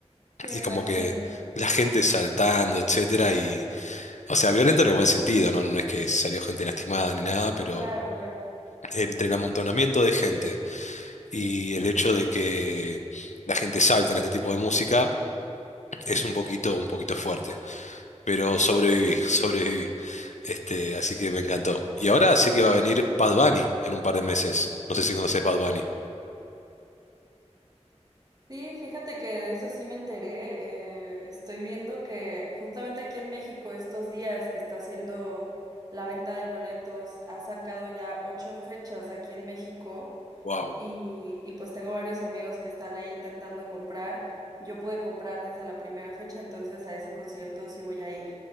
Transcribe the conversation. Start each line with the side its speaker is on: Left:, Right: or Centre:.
Right: Sí,
Left: y
Right: me imagino.
Left: como que la gente saltando, etcétera, y, o sea, violento en el buen sentido, ¿no? No es que salió gente lastimada ni nada, pero
Right: Claro, claro.
Left: entre el amontonamiento de gente y el hecho de que la gente salta en este tipo de música, es un poquito, un poquito fuerte. Pero sobreviví, <laughs> sobreviví. Este, así que me encantó. Y ahora sé que va a venir Bad Bunny en un par de meses. No sé si conoces Bad Bunny.
Right: Sí, fíjate que de eso sí me enteré. eh, estoy viendo que justamente aquí en México estos días está haciendo la venta de boletos. Ha sacado ya ocho fechas aquí en México.
Left: Wow.
Right: y, y pues tengo varios amigos que están ahí intentando comprar. Yo pude comprar desde la primera fecha, entonces a ese concierto sí voy a ir.